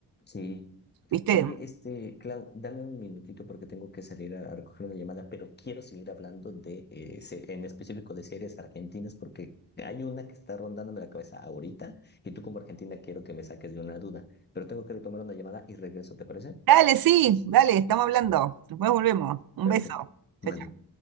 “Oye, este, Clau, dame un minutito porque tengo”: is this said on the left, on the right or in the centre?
Left